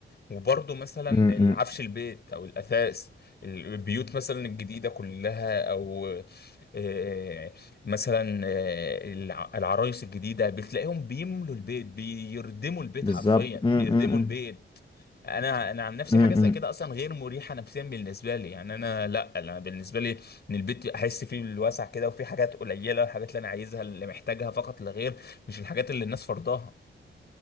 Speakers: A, on the left (about 55°); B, on the left (about 25°).
A: وبرضه مثلا
B: امم
A: العفش البيت او الاثاث البيوت مثلا الجديده كلها او آه، مثلا آه، الع- العرايس الجديده بتلاقيهم بيملوا البيت بيردموا البيت
B: بالظبط
A: حرفيا
B: امم
A: بيردموا
B: إمم، إمم،
A: البيت انا انا عن نفسي
B: إمم،
A: حاجه زي
B: إمم.
A: كده اصلا غير مريحه نفسيا بالنسبه لي يعني انا لا انا بالنسبه لي ان البيت احس فيه بالوسع كده وفي حاجات قليله الحاجات اللي انا عايزها اللي محتاجها فقط لا غير مش الحاجات اللي الناس فرضاها